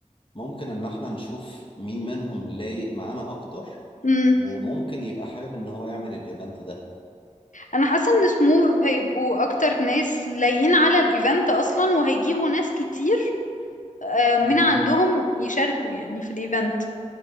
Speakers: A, on the left; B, on the left.
A: ممكن ان احنا نشوف مين منهم لايق معانا اكتر
B: مم.
A: وممكن يبقى حابب ان هو يعمل الايفنت ده
B: انا حاسه ان سموث هيبقوا اكتر ناس لايين على الايفنت اصلا وهيجيبوا ناس كتير آه، من
A: مم.
B: عندهم يشاركوا يعني في الايفنت